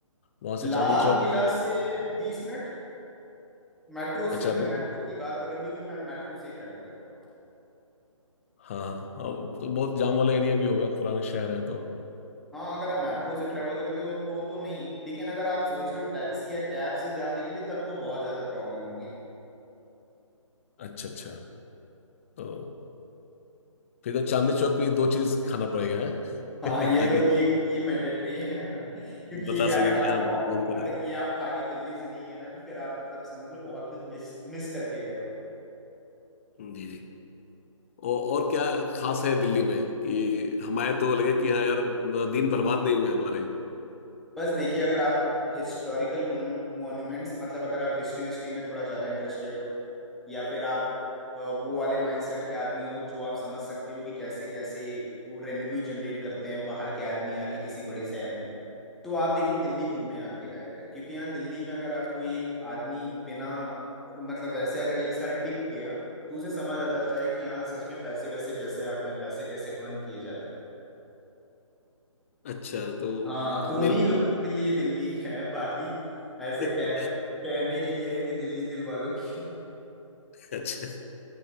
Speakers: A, on the left; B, in the centre.
A: वहां से
B: लाल
A: चांदनी चौक
B: किला से बीस मिनट मेट्रो
A: अच्छा
B: से मैं
A: अभी
B: मेट्रो
A: तो,
B: की बात कर रहा हूँ क्योंकि मैं मेट्रो से ही ट्रेवल करता हूँ
A: हाँ हाँ हाँ, तो बहुत जाम वाला एरिया भी होगा पुराने शहर है तो
B: हाँ अगर आप मेट्रो से ट्रेवल करते हो तो तो नहीं लेकिन अगर आप सोच रहे हो टैक्सी या कैब से जाने के लिए तब तो बहुत ज्यादा प्रॉब्लम होगी
A: अच्छा अच्छा तो फिर तो चांदनी चौक पे ये दो चीज खाना पड़ेगा हैं?
B: हाँ ये
A: <laughs> ताकि
B: तो ये ये मैंडेटरी है <laughs> क्योंकि ये
A: बता
B: अगर
A: सके
B: आप
A: कि यहाँ अच्छा
B: खाओगे
A: घूम कर
B: अगर
A: आए
B: ये आप खा के दिल्ली से नहीं गए ना तो फिर आप मतलब समझ लो बहुत कुछ मिस मिस करके गए हो
A: जी जी औ- और क्या खास है दिल्ली में कि हमारे तो लगे कि हाँ यार दिन बर्बाद नहीं हुए हमारे
B: बस देखिए अगर आप हिस्टोरिकल मॉन्यूमेंट्स मतलब अगर आप हिस्ट्री हिस्ट्री में थोड़ा ज़्यादा इंटरेस्टेड हो या फिर आप अ, वो वाले माइंडसेट के आदमी हो जो आप समझ सकते हो कि कैसे कैसे वो रेवेन्यू जनरेट करते हैं बाहर के आदमी आके किसी बड़े शहर में तो आप देखिए दिल्ली घूमने आपके लायक है क्योंकि यहाँ दिल्ली में अगर आप कोई एक आदमी बिना मतलब वैसे अगर एक साल टिक गया तो उसे समझ आ जाता है कि यहाँ सच में पैसे वैसे कैसे आते हैं पैसे कैसे अर्न किए जाते हैं
A: अच्छा तो
B: हाँ
A: अ,
B: तो
A: मेले
B: उन्हीं लोगों के लिए दिल्ली है बाकी ऐसे
A: <laughs>
B: कहने कहने के लिए है कि दिल्ली दिल वालों की है।
A: अच्छा